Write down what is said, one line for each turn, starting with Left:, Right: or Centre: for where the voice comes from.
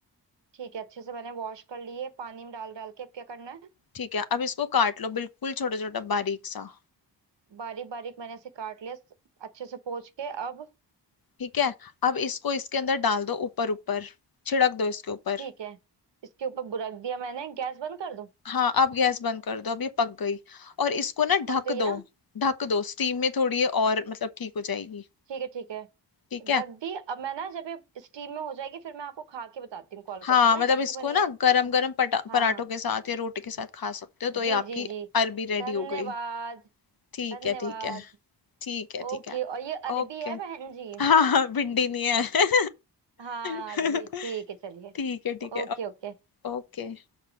Right: ठीक है अच्छे से मैंने वॉश कर लिए पानी में डाल डाल के अब क्या करना है
Left: ठीक है अब इसको काट लो बिल्कुल छोटा छोटा बारीक सा
Right: बारीक बारीक मैंने इसे काट लिया स- अच्छे से पोंछ के अब
Left: ठीक है अब इसको इसके अंदर डाल दो ऊपर ऊपर छिड़क दो इसके ऊपर
Right: ठीक है इसके ऊपर बुरक दिया मैंने गैस बंद कर दूं
Left: हाँ अब गैस बंद कर दो अब ये पक गई और इसको ना
Right: पक
Left: ढक
Right: गई
Left: दो
Right: ना
Left: ढक दो स्टीम में थोड़ी ये और मतलब ठीक हो जाएगी
Right: ठीक है ठीक है
Left: ठीक है
Right: ढक दी अब मैं ना जब ये स्टीम में हो जाएगी फिर मैं आपको खा के बताती हूँ कॉल
Left: हाँ
Right: करके ना
Left: मतलब
Right: कैसी
Left: इसको
Right: बनी
Left: ना
Right: है
Left: गरम गरम पटा
Right: हाँ
Left: पराठों
Right: हाँ
Left: के साथ या रोटी के साथ खा सकते हो तो
Right: जी
Left: ये आपकी
Right: जी जी
Left: अरबी रेडी
Right: धन्यवाद
Left: हो गई ठीक
Right: धन्यवाद
Left: है ठीक है ठीक है
Right: ओके
Left: ठीक है
Right: और ये अरबी
Left: ओके
Right: है बहन जी
Left: हाँ हाँ भिंडी नहीं है
Right: हाँ
Left: <laughs>
Right: अरबी ठीक है चलिए
Left: ठीक है ठीक
Right: Okay
Left: है
Right: okay
Left: ओ- ओके